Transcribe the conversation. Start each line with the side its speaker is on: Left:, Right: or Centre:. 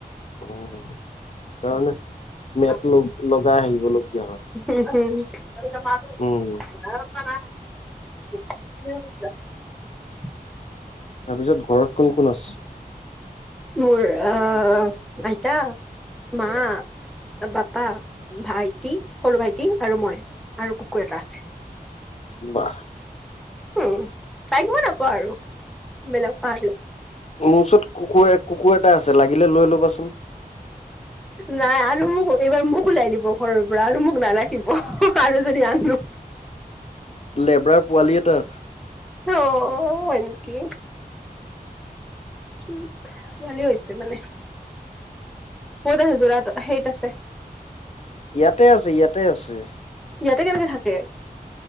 Left: উম কাৰণ মেট
Centre: আও
Left: লগ লগাই আহিবলগীয়া হয়।
Centre: উম হম <unintelligible>
Left: উম। তাৰপিছত ঘৰত কোন কোন আছে?
Centre: মোৰ অ আইতা মা বাপা ভাইটি সৰু ভাইটি আৰু মই আৰু কুকুৰ এটা আছে।
Left: বাহ।
Centre: উম চাইব নাপাওঁ আৰু বেলেগ পাহিল
Left: মোৰ ওচৰত কুকুৰ কুকুৰ এটা আছে লাগিলে লৈ ল'বাচোন।
Centre: নাই আৰু মোক এইবাৰ মোক ওলাই দিব ঘৰৰ পৰা আৰু মোক নালাই আৰু যদি আনো।
Left: লেব্ৰাৰ পোৱালি এটাত
Centre: ইও হয় নেকি? কি ভালে হৈছে মানে। ক'ত আছে যোৰা সেইত আছে।
Left: ইয়াতে আছে ইয়াতে আছে।
Centre: ইয়াতে কেনেকে থাকে?